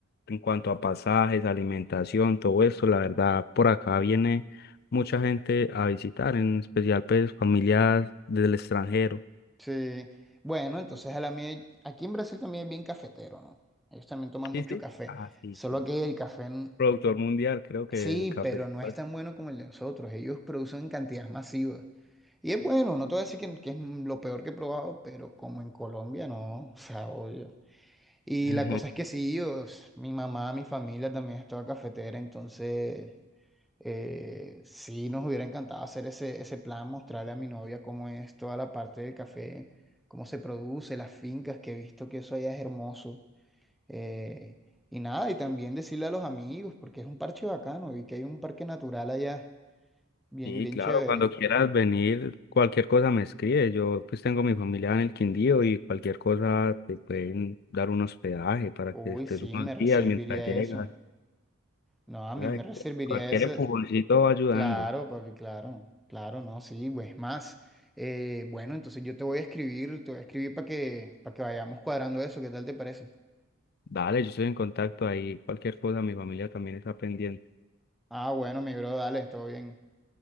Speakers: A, on the left (about 50°); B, in the centre.
A: en cuanto a pasajes, alimentación, todo eso. La verdad, por acá viene mucha gente a visitar, en especial pues familias del extranjero.
B: sí. Bueno, entonces a la mía, aquí en Brasil también es bien cafetero, ¿no? Ellos también toman
A: Sí,
B: mucho
A: sí.
B: café,
A: Ah, sí,
B: solo
A: sí.
B: que el café, n-
A: Productor mundial, creo que
B: sí,
A: el café.
B: pero no es tan bueno como el de nosotros. Ellos producen en cantidades masivas. Y es bueno, no te voy a decir que, que es lo peor que he probado, pero como en Colombia, no, o sea, obvio. Y
A: <laughs>
B: la cosa es
A: <laughs>
B: que sí, os- mi mamá, mi familia también es toda cafetera, entonces... Eh, sí, nos hubiera encantado hacer ese, ese plan, mostrarle a mi novia cómo es toda la parte del café, cómo se produce, las fincas, que he visto que eso allá es hermoso. Eh, y nada, y también decirle a los amigos, porque es un parche bacano, y que hay un parque natural allá, bien,
A: Sí,
B: bien
A: claro,
B: chévere.
A: cuando quieras venir, cualquier cosa me escribes. Yo pues tengo mi familia en el Quindío y cualquier cosa te pueden dar un hospedaje para
B: Uy,
A: que estés
B: sí,
A: unos
B: me reservaría
A: días mientras llegas.
B: eso. No, a mí
A: O sea,
B: me reservaría
A: cualquier
B: eso.
A: empujoncito va ayudando.
B: Claro, papi, claro, claro, no, sí, pues más. Eh, bueno, entonces yo te voy a escribir, te voy a escribir para que, para que vayamos cuadrando eso, ¿qué tal te parece?
A: Dale, yo estoy en contacto ahí. Cualquier cosa, mi familia también está pendiente.
B: Ah, bueno, mi bro, dale, todo bien.